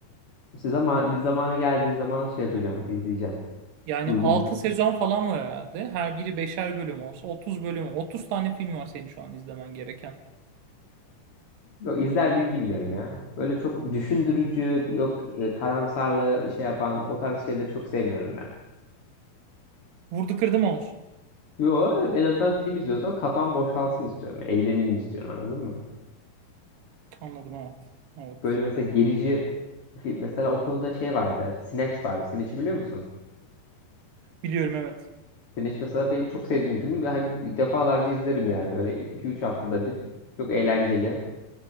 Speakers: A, on the left; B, on the right.
A: İşte zaman bir zamanı geldiği zaman şey yapacağım, izleyeceğim.
B: Yani
A: Uygun
B: 6
A: bir...
B: sezon falan var herhalde. Her biri beşer bölüm olsa 30 bölüm. otuz tane film var senin şu an izlemen gereken.
A: Yok izler miyim bilmiyorum ya. Böyle çok düşündürücü, yok e, karamsarlığı şey yapan o tarz şeyleri çok sevmiyorum ben.
B: Vurdu kırdı mı olsun?
A: Yo evet, en azından film izliyorsam kafam boşalsın istiyorum. Eğleneyim istiyorum anladın mı?
B: Anladım evet. Evet.
A: Böyle mesela gerici film mesela o konuda şey vardı. Snatch var. Snatch'i biliyor musun?
B: Biliyorum evet.
A: Snatch mesela benim çok sevdiğim bir film. Her defalarca izlerim yani böyle iki üç haftada bir. Çok eğlenceli.